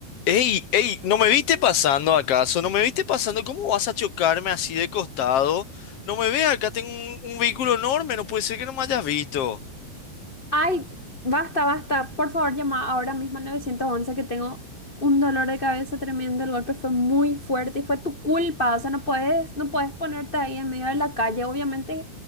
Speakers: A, on the left; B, on the left.
A: Ey, ey, ¿no me viste pasando acaso? ¿No me viste pasando? ¿Cómo vas a chocarme así de costado? No me veas, acá tengo un, un vehículo enorme, no puede ser que no me hayas visto.
B: Ay, basta, basta. Por favor, llama ahora mismo al nueve once que tengo un dolor de cabeza tremendo. El golpe fue muy fuerte y fue tu culpa. O sea, no puedes, no puedes ponerte ahí en medio de la calle. Obviamente,